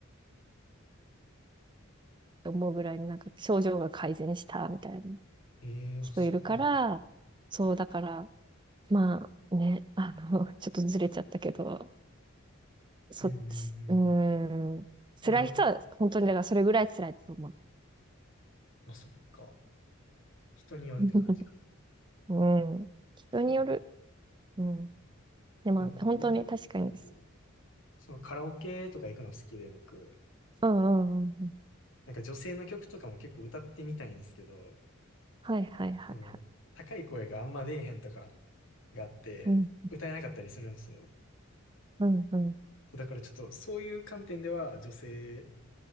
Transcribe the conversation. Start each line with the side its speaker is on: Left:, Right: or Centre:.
Right: と思うぐらいになんか症状が改善したみたいな
Left: ええー、
Right: 人いるから、
Left: あ、そうなの。
Right: そうだから、まあね、あの、ちょっとずれちゃったけど、そっち、
Left: うんうんうん。
Right: うーん、
Left: でもな
Right: 辛い人は本当にだからそれぐらい辛いと思う。
Left: まあそっか。人によるって感じか。
Right: <laughs> うん、人による。
Left: うん。
Right: うん。でも本当に確かにです。
Left: その、でも結構、そのカラオケとか行くの好きで僕、
Right: うんうんうんうん。
Left: なんか女性の曲とかも結構歌ってみたいんですけど、
Right: はいはいはいはい。
Left: その、高い声があんま出えへんとかがあって、
Right: うん、
Left: 歌えなかったりするんですよ。
Right: うん、うんうん。
Left: だからちょっとそういう観点では女性、